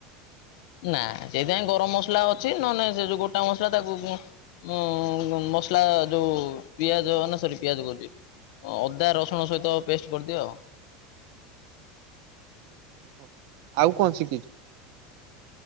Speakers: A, on the left; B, on the right.
A: ନା ସେଇଥିପାଇଁ ଗରମ ମସଲା ଅଛି ନ ନେଲେ ସେ ଯୋଉ ଗୋଟା ମସଲା ତାକୁ ଗୁ ଉଁ ମସଲା ଯୋଉ ପିଆଜ ନା ସରି ପିଆଜ କହୁଛି। ହଁ ଅଦା ରସୁଣ ସହିତ ପେଷ୍ଟ କରିଦିଅ ଆଉ।
B: ଓହ। ଆଉ କଣ ଶିଖିଛି?